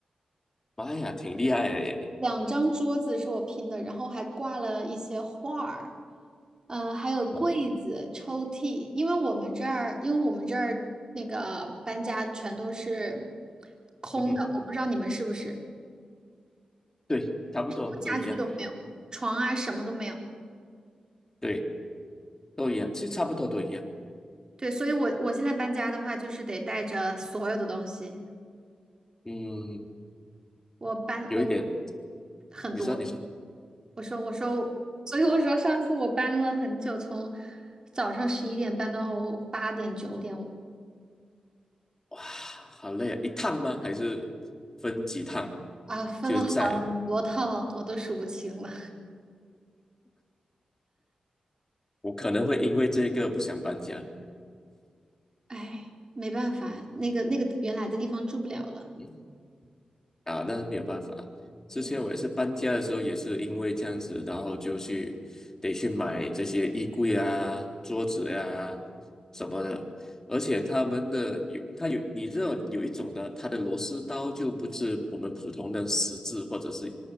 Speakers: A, on the left; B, on the right.
A: 妈呀，挺厉害的耶
B: 两张桌子是我拼的，然后还挂了一些画儿，嗯呃，还有柜子、
A: 哇，
B: 抽屉，因为我们这儿，因为我们这儿那个搬家全都是空的，
A: 嗯哼，
B: 我不知道你们是不是，什
A: 对，差不多都一样，
B: 么家具都没有，床啊什么都没有。
A: 对，都一样，其实差不多都一样。
B: 对，所以我我现在搬家的话，就是得带着所有的东西，
A: 嗯，
B: 我搬我
A: 有一点，
B: 很多，
A: 你说，你说，
B: 我说我说，所以我说上次我搬了很久，从早上十一点搬到八点九点。
A: 哇，好累啊！一趟吗？还是分几趟？
B: 啊，分了很多套，
A: 就是在，
B: 我都数不清了。
A: 我可能会因为这个不想搬家。
B: 哎，没办法，那个那个原来的地方住不了了。
A: 嗯啊，那没有办法。之前我也是搬家的时候，
B: 对，
A: 也是因为这样子，然后就去得去买这些衣柜啊、桌子呀、什么的。而且他们的有，它有，你知道有一种的，它的螺丝刀就不是我们普通的十字或者是